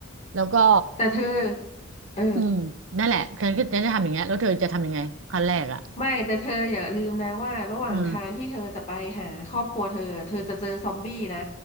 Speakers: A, on the right; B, on the left.
A: แล้วก็
B: แต่เธอเออ
A: อืมนั่นแหละฉันก็ฉันจะทำอย่างเงี้ยแล้วเธอจะทำยังไงขั้นแรกอ่ะ
B: ไม่แต่เธออย่าลืมนะว่าระหว่างทางที่เธอจะไปหาครอบครัวเธอเธอจะเจอซอมบี้นะ
A: ออม